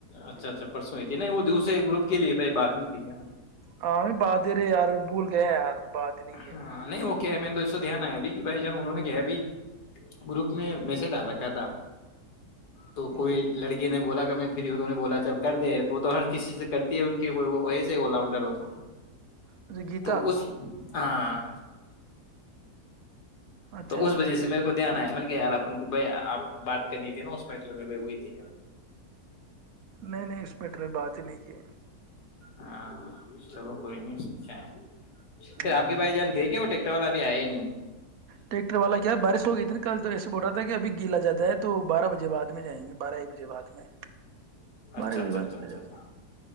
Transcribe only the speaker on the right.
ہاں بھی بات ت رہے ار بھول کہ یار بات ہی نہیں کیا
میں نے
ہوں ہوں
اچھا گیتا
اچھا
نہیں نہیں اس میں نے بات ہی نہیں کی
ہوں
ٹریکٹر والا کیا بارش ہو گئی ت نا کل تو ایسے بول رہ تھا کہ اب گیلا جاتا بیں تو بارہ بجے بعد میں جائیں گے بارہ ایک بجے بعد میں بارہ
ایک بجے
بعد
چلے
جاتے
ہیں